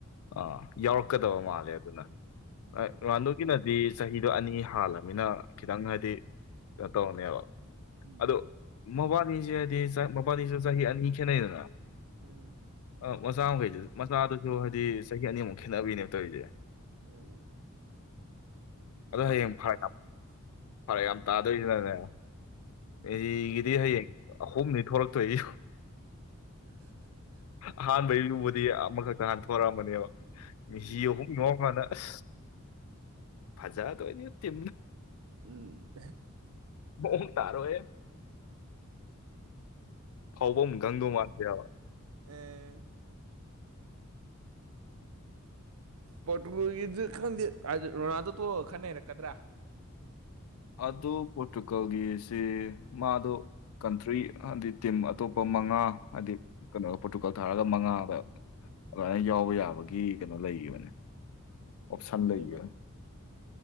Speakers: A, on the left; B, on the right.
A: ꯑꯥ ꯌꯥꯎꯔꯛꯀꯗꯕ ꯃꯥꯜꯂꯦ ꯑꯗꯨꯅ
B: ꯎꯝ
A: ꯔꯥꯟꯗꯨꯒꯤꯅꯗꯤ ꯆꯍꯤ ꯑꯗꯨ ꯑꯅꯤ ꯍꯥꯜꯂꯃꯤꯅ ꯈꯤꯇꯪ ꯍꯥꯏꯗꯤ ꯀꯩꯅꯣ ꯇꯧꯔꯅꯦꯕ
B: ꯎꯝ
A: ꯑꯗꯣ ꯃꯕꯥꯅꯤꯁꯦ ꯍꯥꯏꯗꯤ ꯃꯕꯥꯅꯤꯁꯨ ꯆꯍꯤ ꯑꯅꯤ ꯈꯦꯠꯅꯩꯗꯅ
B: ꯎꯝ
A: ꯑ ꯃꯆꯥ ꯃꯈꯩꯗꯨ ꯃꯆꯥꯗꯨꯁꯨ ꯍꯥꯏꯗꯤ ꯆꯍꯤ ꯑꯅꯤꯃꯨꯛ ꯈꯦꯠꯅꯕꯤꯅꯦꯕ ꯇꯧꯔꯤꯁꯦ
B: ꯎꯝ
A: ꯑꯗꯣ
B: ꯑꯗ ꯌꯦꯡ
A: ꯍꯌꯦꯡ ꯐꯔꯛ
B: ꯇꯥꯕꯅꯦ
A: ꯌꯥꯝ ꯐꯔꯛ
B: ꯎꯝ
A: ꯌꯥꯝ ꯇꯥꯗꯣꯏꯁꯤꯅꯅꯦ ꯃꯦꯁꯤꯒꯤꯗꯤ
B: ꯎꯝ
A: ꯍꯌꯦꯡ ꯑꯍꯨꯝꯅꯤ ꯊꯣꯛꯂꯛꯇꯣꯏ
B: <inaudible>
A: ꯑꯍꯥꯟꯕꯩ ꯕꯨꯗꯤ ꯑꯃꯈꯛꯇ ꯍꯟꯊꯣꯔꯛꯑꯝꯕꯅꯦꯕ
B: ꯎꯝ
A: ꯃꯤꯁꯤ ꯑꯍꯨꯝ ꯌꯧꯔꯀꯥꯟꯗ ꯥꯑꯁ ꯐꯖꯗꯣꯏꯅꯤ ꯇꯤꯝꯗꫭ
B: ꯎꯝ
A: ꯃꯑꯣꯡ ꯇꯔꯣꯏ ꯍꯦ ꯐꯥꯎꯕꯝ ꯈꯪꯗꯧ ꯃꯥꯟꯗꯦ ꯍꯥꯏꯕ
B: ꯑꯦ ꯄꯣꯔꯇꯨꯒꯜꯒꯤꯗꯨ ꯈꯪꯗꯦ ꯍꯥꯏꯗꯤ ꯔꯣꯅꯥꯜꯗꯣ ꯇꯣꯛꯑꯒ ꯈꯔ ꯅꯩꯔꯛꯀꯗ꯭ꯔꯥ
A: ꯑꯗꯣ ꯄꯣꯔꯇꯨꯒꯜꯒꯤꯁꯤ ꯃꯥꯗꯣ ꯀꯟꯇ꯭ꯔꯤ ꯍꯥꯏꯗꯤ ꯇꯤꯝ ꯑꯇꯣꯞꯄ ꯃꯉꯥ ꯍꯥꯏꯗꯤ ꯀꯩꯅꯣ ꯄꯣꯔꯇꯨꯒꯥꯜ ꯊꯥꯔꯒ ꯃꯉꯥꯗ ꯑꯗꯨꯃꯥꯏꯅ ꯌꯥꯎꯕ ꯌꯥꯕꯒꯤ ꯀꯩꯅꯣ ꯂꯩꯈꯤꯕꯅꯦ ꯑꯣꯞꯁꯟ ꯂꯩꯈꯤꯕꯅꯦ
B: ꯀꯩꯕ